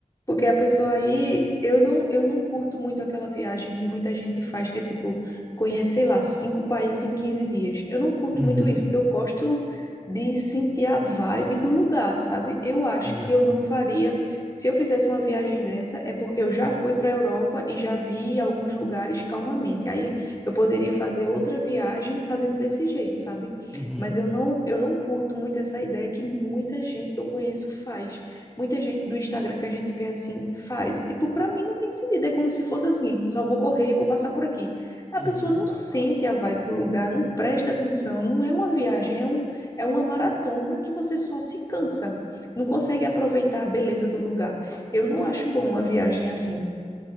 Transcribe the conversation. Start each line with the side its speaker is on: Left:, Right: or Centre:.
Left: porque a pessoa aí, eu não, eu não curto muito aquela viagem que muita gente faz, que é tipo, conhecer, sei lá, cinco países em 15 dias. Eu não curto
Centre: Uhum,
Left: muito isso, porque eu gosto de sentir a vibe do lugar, sabe? Eu acho
Centre: exato.
Left: que eu não faria. Se eu fizesse uma viagem dessa, é porque eu já fui para a Europa e já vi alguns lugares calmamente. Aí eu poderia fazer outra viagem fazendo desse jeito, sabe?
Centre: Uhum,
Left: Mas eu não, eu não curto muito essa ideia que muita gente que eu conheço faz muita gente do Instagram que a gente vê assim faz. Tipo, para mim não tem sentido. É como se fosse assim, só vou correr e vou passar por aqui. A
Centre: uhum.
Left: pessoa não sente a vibe do lugar, não presta atenção, não é uma viagem, é um, é uma maratona que você só se cansa. Não consegue aproveitar a beleza do lugar. Eu não acho bom uma viagem assim.